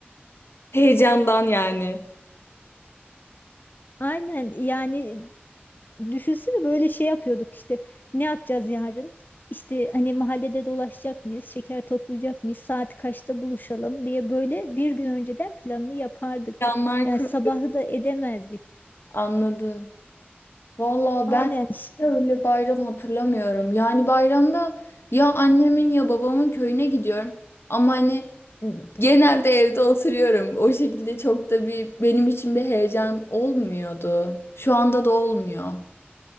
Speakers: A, on the left; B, on the left.
A: Heyecandan yani.
B: Aynen yani düşünsene böyle şey yapıyorduk işte. Ne yapacağız yarın? İşte hani mahallede dolaşacak mıyız? Şeker toplayacak mıyız? Saat kaçta buluşalım diye böyle bir gün önceden planını yapardık.
A: Heyecanlar
B: Yani
A: kur
B: sabahı da edemezdik.
A: anladı. Valla
B: Aynen.
A: ben öyle bayram hatırlamıyorum. Yani bayramda ya annemin ya babamın köyüne gidiyorum. Ama hani genelde evde oturuyorum. O şekilde çok da bir benim için bir heyecan olmuyordu. Şu anda da olmuyor.